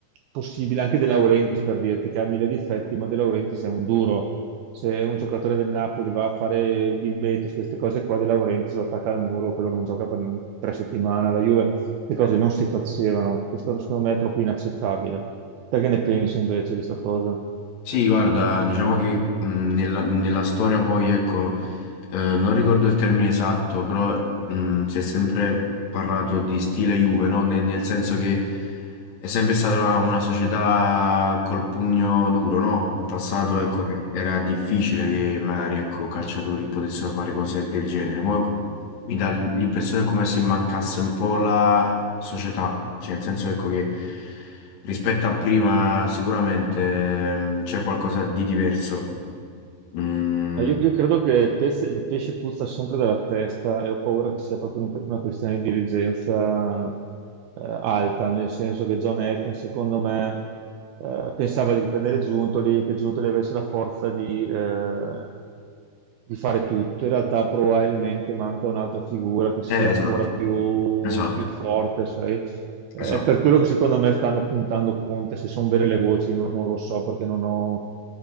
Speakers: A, on the right; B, on the left.
A: possibile, anche De Laurentiis per dirti che ha mille difetti, ma De Laurentiis è un duro. Se un giocatore del Napoli va a fare il divetos, queste cose qua, De Laurentiis lo attacca al muro, quello non gioca per tre settimane. La Juve, le cose non si facevano. Questo secondo me è proprio inaccettabile. Te che ne pensi invece di questa cosa?
B: Sì, guarda, diciamo che mh, nella, nella storia poi, ecco, eh, non ricordo il termine esatto, però mh, si è sempre parlato di stile Juve, no? Nel, nel senso che è sempre stata una, una società col pugno duro, no? In passato, ecco, era era difficile che magari, ecco, calciatori potessero fare cose del genere. Mo mi dà l'impressione come se mancasse un po' la società, cioè nel senso ecco che rispetto a prima sicuramente ehm, c'è qualcosa di diverso. Mm,
A: Ma Io, io credo che il pesce, il pesce puzza sempre dalla testa e ho paura che sia proprio un- una questione di dirigenza eh, alta, nel senso che John Elkann, secondo me, eh, pensava di prendere Giuntoli e che Giuntoli avesse la forza di, eh, di fare tutto. In realtà probabilmente manca un'altra figura che sia
B: eh,
A: ancora
B: esatto,
A: più,
B: esatto,
A: più forte, sai? Eh,
B: esatto.
A: È per quello che secondo me stanno puntando Conte, se sono vere le voci, io non, non lo so perché non ho,